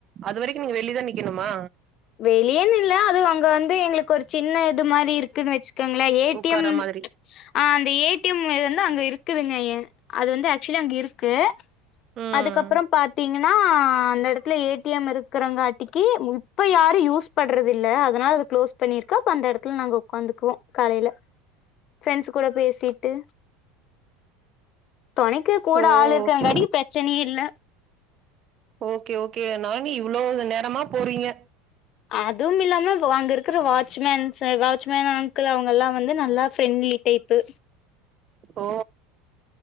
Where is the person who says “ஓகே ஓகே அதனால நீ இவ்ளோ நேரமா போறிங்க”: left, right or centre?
Right